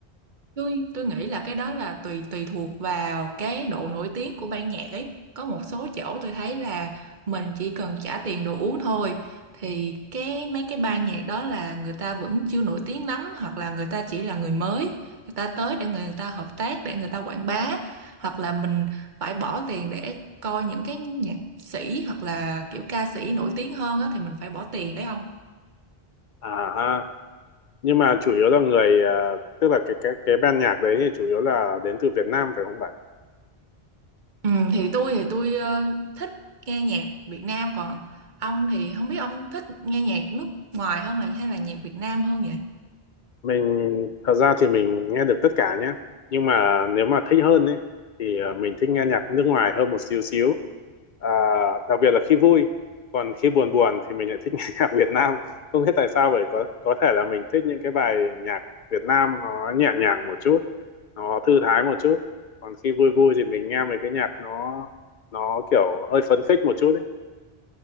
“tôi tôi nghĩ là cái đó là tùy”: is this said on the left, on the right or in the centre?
Right